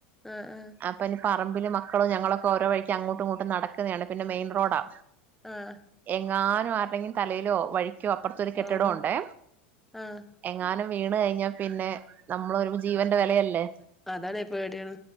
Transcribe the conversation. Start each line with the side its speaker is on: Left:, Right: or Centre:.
Centre: ആഹ് ആഹ്
Right: അപ്പ ഇനി പറമ്പില് മക്കള് ഞങ്ങളൊക്കൊ ഓരോ വഴിക്ക് അങ്ങോട്ടും ഇങ്ങോട്ടും നട‌ക്കിന്നയാണ് പിന്നെ മെയിൻ റോഡാ
Centre: ആഹ്
Right: എങ്ങാനും ആരുടെങ്കിലും തലയിലോ വഴിക്കോ അപ്പുറത്തൊരു കെട്ടിടം
Centre: ആഹ് ആഹ്
Right: ഉണ്ടേ
Centre: ആഹ്
Right: എങ്ങാനും വീണ് കഴിഞ്ഞാ പിന്നെ നമ്മളൊരു ജീവന്റെ വെലയല്ലേ
Centre: അതാണെ പേടിയാണ്